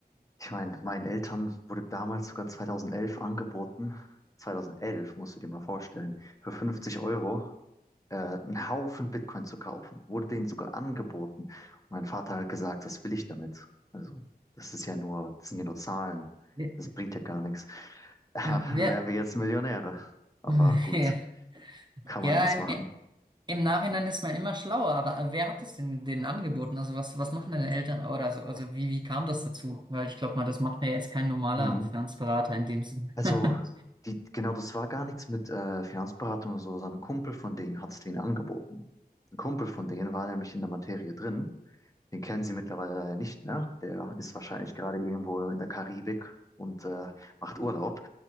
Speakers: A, on the left; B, on the right.
A: Ich meine, meinen Eltern wurde damals sogar 2011 angeboten. 2011, musst du dir mal vorstellen, für 50 Euro. äh, einen Haufen Bitcoin zu kaufen. Wurde denen sogar angeboten. Und mein Vater hat gesagt, was will ich damit? Also, das ist ja nur, das sind ja nur Zahlen.
B: Wer,
A: Das bringt ja gar nichts. <laughs> Ja,
B: wer,
A: wären wir jetzt Millionäre. Aber
B: <laughs>
A: gut, kann
B: ja,
A: man nichts
B: im,
A: machen.
B: Im Nachhinein ist man immer schlauer, aber wer hat es denn denen angeboten? Also was, was machen deine Eltern oder so? Also wie, wie kam das dazu? Weil ich glaube mal, das macht mir jetzt kein normaler
A: Hm.
B: Finanzberater in dem Sinne.
A: Also,
B: <laughs>
A: die, genau, das war gar nichts mit äh, Finanzberatung oder so, sondern ein Kumpel von denen hat es denen angeboten. Ein Kumpel von denen war nämlich in der Materie drin Den kennen Sie mittlerweile leider nicht mehr. Der ist wahrscheinlich gerade irgendwo in der Karibik und äh, macht Urlaub.